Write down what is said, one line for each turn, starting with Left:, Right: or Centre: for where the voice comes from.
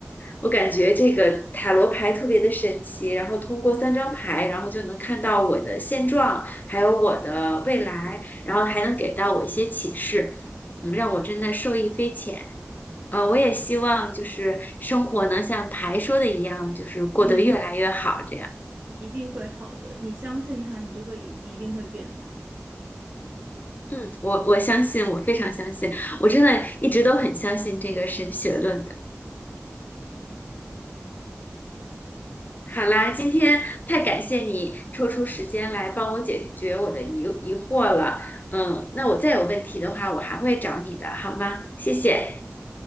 Left: 我感觉这个塔罗牌特别的神奇，然后通过三张牌，然后就能看到我的现状，还有我的未来，然后还能给到我一些启示，嗯，让我真的受益匪浅。呃，我也希望就是生活能像牌说的一样，就是过得越来越好，
Right: 嗯，
Left: 这样。
Right: 一定会好的。你相信他，你就会一定会变好的。
Left: 嗯，我我相信，我非常相信，我真的一直都很相信这个神学论的。好啦，今天太感谢你抽出时间来帮我解决我的疑疑惑了。嗯，那我再有问题的话，我还会找你的，好吗？谢谢，